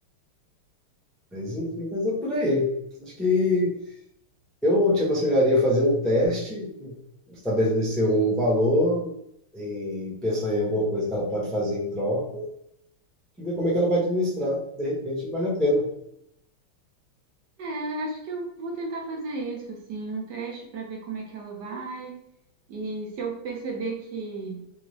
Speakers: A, in the centre; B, on the right (about 60°).
A: Mas enfim, mas é por aí. Acho que eu te aconselharia a fazer um teste, estabelecer um valor e pensar em alguma coisa que ela pode fazer em troca e ver como é que ela vai administrar. De repente, vale a pena.
B: É, eu acho que eu vou tentar fazer isso, assim, um teste para ver como é que ela vai. E se eu perceber que,